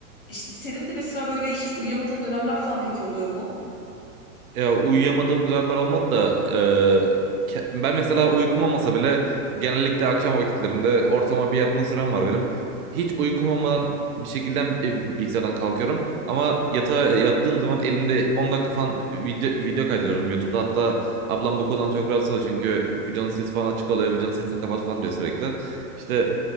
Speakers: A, on the left (about 40°); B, on the right (about 70°).
A: İşte senin de mesela böyle hiç uyuyamadığın dönemler falan peki oluyor mu?
B: Ya uyuyamadığım dönemler olmadı da e, ke- ben mesela uykum olmasa bile genellikle akşam vakitlerinde ortalama bir yatma sürem var benim. Hiç uykum olmadan bir şekilde e, bilgisayardan kalkıyorum ama yatağa yattığım zaman elimde 10 dakika falan video, video kaydırıyorum YouTube'da. Hatta ablam bu konudan çok rahatsız oluyor çünkü videonun sesi falan açık oluyor, videonun sesini kapat falan diyor sürekli. İşte